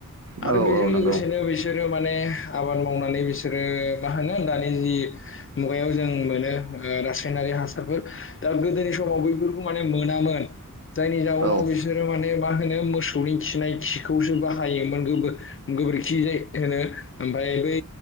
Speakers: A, on the right; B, on the left.
A: औ
B: आरो बेजों
A: औ नंगौ
B: लोगोसेनो बिसोरो माने आबाद मावनानै बिसोरो मा होनो दानि जि मुगायाव जों मोनो ओ रा रासायनारि हासारफोर दा गोदोनि समाव बैफोरखौ माने मोनामोन जायनि जाउनाव
A: औ
B: बि माने मा होनो मोसौनि खिनाय खिखौ हायो मोन गोबोर गोबोरखि जायखो होनो ओमफाय बै